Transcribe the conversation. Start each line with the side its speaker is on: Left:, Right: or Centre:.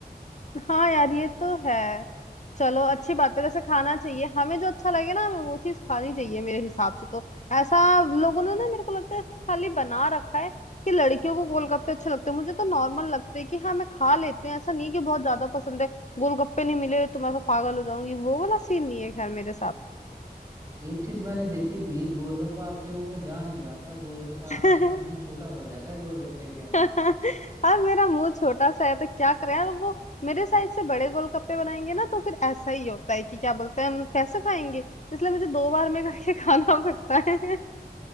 Left: हाँ यार ये तो है चलो अच्छी बात है वैसे खाना चाहिए
Right: हम्म।
Left: हमें जो अच्छा लगे ना हमें वो चीज खानी चाहिए मेरे हिसाब से तो ऐसा लोगों ने ना मेरे को लगता है खाली बना रखा है कि लड़कियों को गोलगप्पे अच्छे लगते हैं मुझे तो नॉर्मल लगते हैं कि हाँ मैं खा लेती हूँ ऐसा नहीं कि बहुत ज्यादा पसंद है गोलगप्पे नहीं मिले तो मैं तो पागल हो जाऊंगी वो वाला सीन नहीं है खैर मेरे
Right: एक चीज मैंने देखी थी गोलगप्पा आपके मुंह में जा नहीं रहा था गोलगप्पा
Left: साथ
Right: आपका मुंह
Left: <laughs>
Right: छोटा पड़ जाता है गोलगप्पे के आगे
Left: अब मेरा मुंह छोटा सा है तो क्या करें यार वो मेरे साइज से बड़े गोलगप्पे बनाएंगे ना तो फिर ऐसा ही होता है कि क्या बोलते हैं हम कैसे खाएंगे इसलिए मुझे दो बार में करके <laughs> खाना पड़ता है